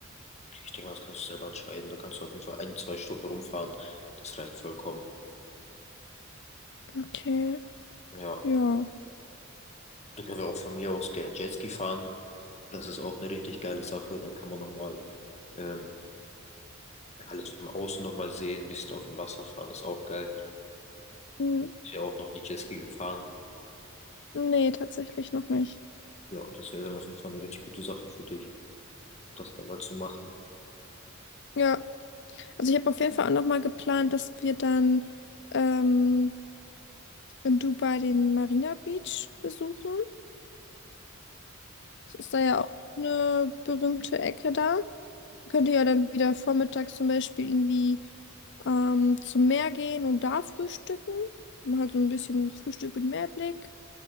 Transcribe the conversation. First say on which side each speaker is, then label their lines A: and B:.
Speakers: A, on the left; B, on the left.
A: Ich denke mal, das kannst du selber entscheiden. Da kannst du auf jeden Fall ein, zwei Stunden rumfahren. Das reicht vollkommen.
B: Okay,
A: Ja,
B: ja.
A: da können wir auch von mir aus gerne Jetski fahren. Das ist auch eine richtig geile Sache. Dann kann man nochmal ähm, alles von außen nochmal sehen, ein bisschen auf dem Wasser fahren. Das ist auch geil.
B: Hm,
A: Ist ja auch noch nie Jetski gefahren.
B: Nee, tatsächlich noch nicht.
A: Ja, das wäre dann auf jeden Fall eine richtig gute Sache für dich, das einmal zu machen.
B: Ja, also ich habe auf jeden Fall auch nochmal geplant, dass wir dann ähm, in Dubai den Marina Beach besuchen. Das ist da ja auch eine berühmte Ecke da. Könnt ihr ja dann wieder vormittags zum Beispiel irgendwie ähm, zum Meer gehen und da frühstücken. Man hat so ein bisschen Frühstück mit Meerblick.